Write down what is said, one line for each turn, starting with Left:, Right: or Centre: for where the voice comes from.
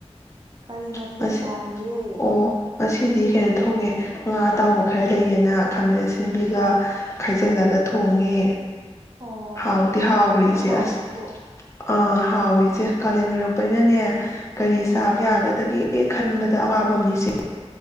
Right: ꯀꯔꯤ ꯃꯊꯦꯜ
Left: ꯉꯁꯤ
Right: ꯆꯥꯔꯒꯦ
Left: ꯑꯣ ꯉꯁꯤꯗꯤ ꯀꯩꯅꯣ ꯊꯣꯡꯉꯦ꯫ ꯉꯥ ꯑꯇꯥꯎꯕ ꯈꯔ ꯂꯩꯌꯦꯅ ꯈꯥꯃꯦꯟ ꯑꯁꯤꯟꯕꯤꯒ ꯈꯥꯏꯖꯜꯂꯒ ꯊꯣꯡꯉꯦ꯫
Right: ꯑꯣ
Left: ꯍꯥꯎꯗꯤ
Right: ꯍꯥꯎꯔꯝꯗꯧ
Left: ꯍꯥꯎꯒ꯭ꯔꯦ ꯏꯆꯦ
Right: ꯃꯥꯜꯂꯤꯕꯣ
Left: ꯑꯁ ꯑ ꯍꯥꯎꯏ ꯏꯆꯦ ꯀꯥꯂꯦꯟ ꯑꯣꯏꯔꯛꯄꯅꯤꯅꯅꯦ ꯀꯔꯤ
Right: ꯎꯝ
Left: ꯆꯥꯕ ꯌꯥꯒꯗꯒꯦ ꯈꯟꯕꯗ ꯑꯋꯥꯕꯝꯅꯤ ꯏꯆꯦ